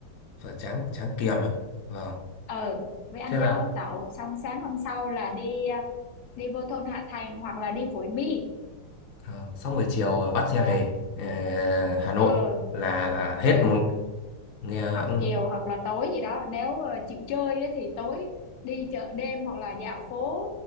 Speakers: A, on the left; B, on the left.
A: và tráng tráng kiềm á vâng
B: ừ với ăn
A: thế
B: cháo
A: là
B: ấu tẩu xong sáng hôm sau là đi à, đi vô thôn Hạ Thành hoặc là đi Khối Mi
A: ờ, sau buổi chiều à, bắt xe
B: à
A: về ờ, Hà Nội
B: ừ
A: là là hết
B: ừ
A: một nghe
B: hoặc
A: ừ.
B: chiều hoặc là tối gì đó nếu ờ, chịu chơi ấy, thì tối đi chợ đêm hoặc là dạo phố